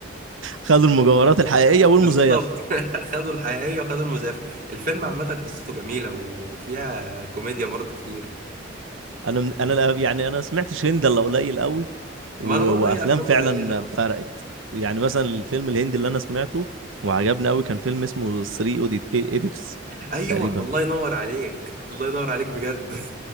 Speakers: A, on the right; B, on the right.
A: خدوا المجوهرات الحقيقية والمزيفة
B: بالظبط <laughs> خدوا الحقيقية وخدوا المزيفة الفيلم عامة قصته جميلة وفيها كوميديا برضو كتير
A: انا من- انا لا- يعني انا سمعتش هند الا قليل قوي و...
B: ما انا برضه
A: وافلام
B: اي افلام
A: فعلا
B: قليله
A: فرقت يعني مثلا الفيلم الهندي اللي انا سمعته وعجبني قوي كان فيلم اسمه 3 اوديت ايديتس
B: ايوه
A: تقريبا
B: الله ينور عليك الله ينور عليك بجد <laughs>